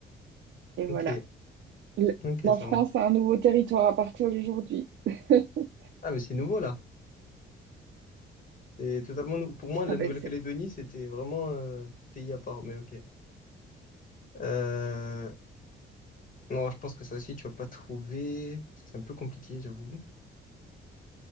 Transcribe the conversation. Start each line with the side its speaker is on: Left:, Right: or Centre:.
Right: Et voilà.
Left: Ok,
Right: L-
Left: ok,
Right: La
Left: ça
Right: France
Left: marche.
Right: a un nouveau territoire à partir d'aujourd'hui. <laughs>
Left: Ah, mais c'est nouveau là. C'est totalement nou- Pour moi, la
Right: Ah
Left: Nouvelle-Calédonie,
Right: ben c'est
Left: c'était vraiment euh, pays à part, mais ok. Euh, Non, je pense que ça aussi, tu vas pas trouver. Parce que c'est un peu compliqué, j'avoue.